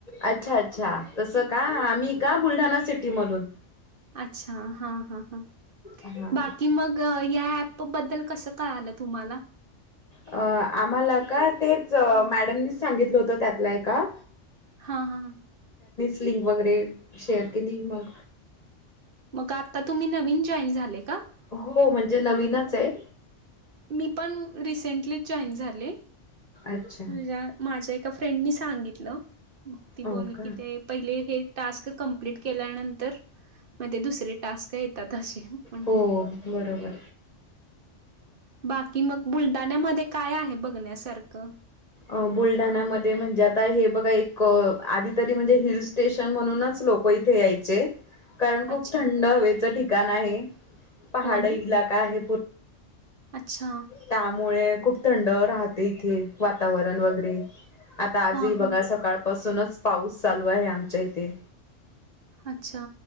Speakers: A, on the left (about 35°); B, on the right (about 50°).
A: अच्छा अच्छा तस का आम्ही का
B: हा
A: बुलढाणा सिटी मधून
B: अच्छा हा हा हा
A: हा
B: बाकी मग या पबद्दल कस काय आलं तुम्हाला
A: अ आम्हाला का तेच
B: हा
A: मॅडमनीच सांगितलं होत, त्यातलाय का,
B: हा हा,
A: लिंक वगैरे शेअर केली मग,
B: मग आता तुम्ही नवीन जॉईन झाले का?
A: हो म्हणजे नवीनच आहे,
B: मी पण रिसेंटली जॉईन झाले,
A: अच्छा
B: म्हज्या माझ्या एका फ्रेंडनी सांगितलं. मग ती
A: हो
B: बोलली
A: का
B: की ते पहिले हे टास्क कंप्लीट केल्यानंतर, मध्ये दुसरे टास्क येतात असे म्हणून,
A: हो बरोबर
B: बाकी मग बुलढाण्यामध्ये काय आहे बघण्यासारखं?
A: अ बुलढाण्यामध्ये म्हणजे, आता हे बघा एक आधी तरी म्हणजे हिल स्टेशन म्हणूनच, लोक इथे यायचे, कारण खूप
B: अच्छा
A: थंड हवेचं ठिकाण आहे, पहाड
B: हो ना
A: इलाका आहे,
B: अच्छा
A: त्यामुळे खूप थंड राहते इथे, वातावरण वगैरे आता, आजही
B: हां हां
A: बघा सकाळपासूनच पाऊस चालू आहे आमच्या इथे,
B: अच्छा,